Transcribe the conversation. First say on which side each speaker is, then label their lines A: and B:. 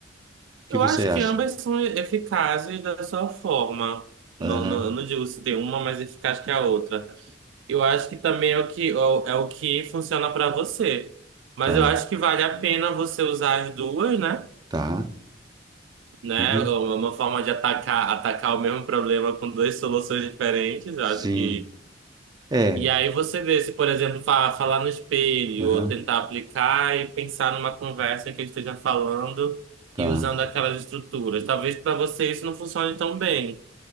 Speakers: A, on the right (about 20°); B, on the right (about 75°).
A: O
B: Eu
A: que você
B: acho
A: acha?
B: que ambas são eficazes da sua forma. Não,
A: Aham,
B: não, eu não digo se tem uma mais eficaz que a outra. Eu acho que também é o que, é o é o que funciona para você. Mas
A: tá,
B: eu acho que vale a pena você usar as duas, né?
A: tá.
B: Né?
A: Uhum,
B: É Uma forma de atacar, atacar o mesmo problema com duas <laughs> soluções diferentes. Eu
A: sim.
B: acho que.
A: É,
B: E aí você vê se, por exemplo, fa- falar no espelho,
A: aham,
B: ou tentar aplicar e pensar numa conversa que eu esteja falando
A: tá.
B: e usando aquelas estruturas. Talvez para você isso não funcione tão bem.